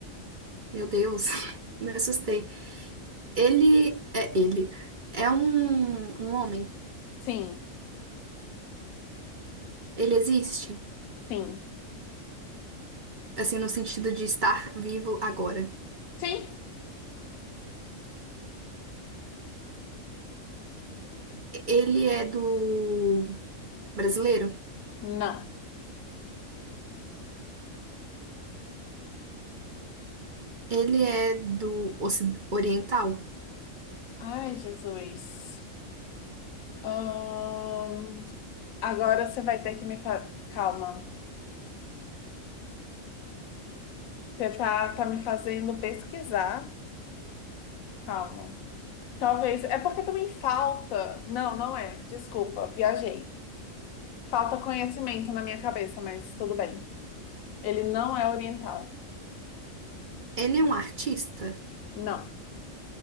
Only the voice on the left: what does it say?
Sim,
sim.
Sim?
Não.
Ai, Jesus. Ahn, agora você vai ter que me fa... Calma. Você tá, tá me fazendo pesquisar. Calma. Talvez. É porque também falta. Não, não é. Desculpa, viajei. Falta conhecimento na minha cabeça, mas tudo bem. Ele não é oriental.
Não.